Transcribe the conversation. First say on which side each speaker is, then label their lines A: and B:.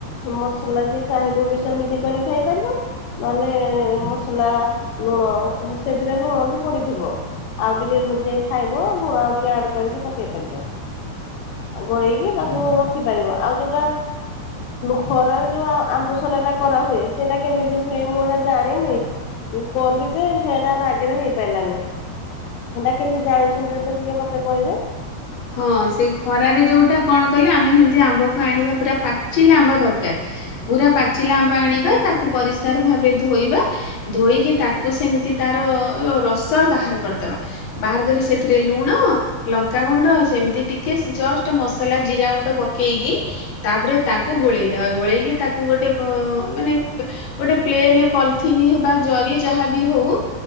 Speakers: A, on the left; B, on the left.
A: ମସଲା ଯିଏ ଚାହିଁବ ବି ସେମିତି କରି ଖାଇପାରିବ ନହେଲେ ମସଲା ଲୁଣ ସେଥିରେ ଲୁଣ ବି ପଡିଥିବ ଆଉ ଟିକେ ଟିକେ ଖାଇବ ଲୁଣ ଆଉ ଟିକେ ଆଡ କରିକି ପକେଇ ପାରିବ ଗୋଳେଇକି ତାକୁ ରଖିପାରିବ ଆଉ ଯୋଉଟା ଖରାରେ ଯୋଉ ଆମ୍ବସରା ଟା କରା ହୁଏ ସେଇଟା କେମିତି ହୁଏ ମୁଁ ଏଇଟା ଜାଣିନି କଲି ଯେ ହେଲା ବାଗରେ ହେଇପାରିଲାନି ସେଟା କେମିତି ଜାଣିଛନ୍ତି ଯେ ଟିକେ ମତେ କହିବ
B: ହଁ ସେଇ ଖରାରେ ଯୋଉଟା କଣ କଲେ ଆମେ ସେମତି ଆମ୍ବକୁ ଆଣିବା ପୁରା ପାଚିଲା ଆମ୍ବ ଦରକାର ପୁରା ପାଚିଲା ଆମ୍ବ ଆଣିବା ତାକୁ ପରିଷ୍କାର ଭାବରେ ଧୋଇବା ଧୋଇକି ତାକୁ ସେମିତି ତାର ରସ ବାହାର କରିଦବା ବାହାର କରି ସେଥିରେ ଲୁଣ ଲଙ୍କାଗୁ ଣ୍ଡ ସେମତି ଟିକେ ଜ ମସଲା ଜିରା ଗୁଣ୍ଡ ପକେଇକି ତାପରେ ତାକୁ ଗୋଳେଇଦବା ଗୋଳେଇକି ତାକୁ ଗୋଟେ ମାନେ ଗୋଟେ ପ୍ଲେନ ପଲଥିନ ଅବା ଜରି ଯାହାବି ହଉ